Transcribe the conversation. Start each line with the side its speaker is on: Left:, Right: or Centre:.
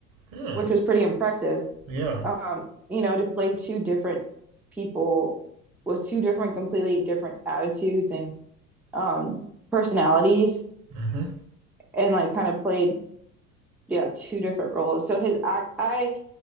Right: Yeah.
Centre: which was pretty impressive
Right: Yeah.
Centre: um, you know, to play two different people with two different, completely different attitudes and um personalities
Right: hmm
Centre: and like kind of played, yeah, two different roles. So his act I